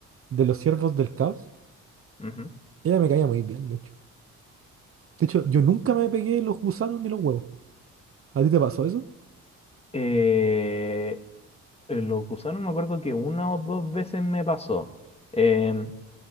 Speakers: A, on the right; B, on the left.
A: de los siervos del caos.
B: Ujú.
A: Ella me caía muy bien, de hecho. De hecho, yo nunca me pegué los gusanos ni los huevos. ¿A ti te pasó eso?
B: Eh, los gusanos me acuerdo que una o dos veces me pasó. Em,